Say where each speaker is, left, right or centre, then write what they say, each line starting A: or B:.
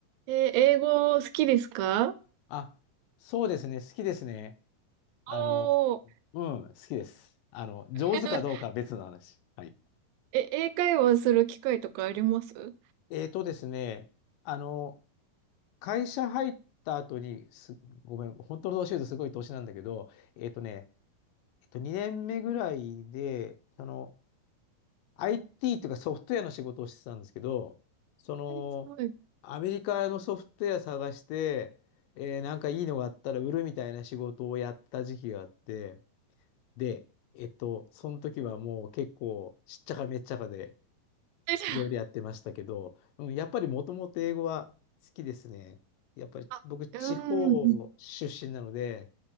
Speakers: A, on the right (about 80°); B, on the left (about 80°).
A: えー英語好きですか
B: あ、そうですね。好きですね。あの、
A: おー。
B: うん、好きです。あの、上手かどうかは別の話。
A: <laughs>
B: はい。
A: え、英会話する機会とかありますえー、
B: えーとですね、あの、会社入った後に、す、ごめん、本当の年言うとすごい年なんだけど、えーとね、えっと、2年目ぐらいで、その、IT というかソフトウェアの仕事をしてたんですけど、その、
A: すごい。
B: アメリカのソフトウェア探して、えーなんかいいのがあったら売るみたいな仕事をやった時期があって、で、えっと、その時はもう結構しっちゃかめっちゃかで
A: <laughs> えじゃ
B: いろいろやってましたけど、うん、やっぱりもともと英語は好きですね。やっぱり僕地方出身なので、
A: あ、あ、うーん。